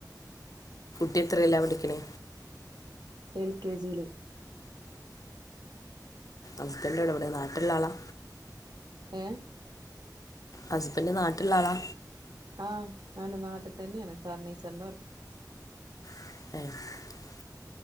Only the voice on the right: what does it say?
എൽ കെ ജീല്
ഏ
ആ ആണ് നാട്ട്തന്നെണ് ഫർണീച്ചർന്റെ വർക്ക്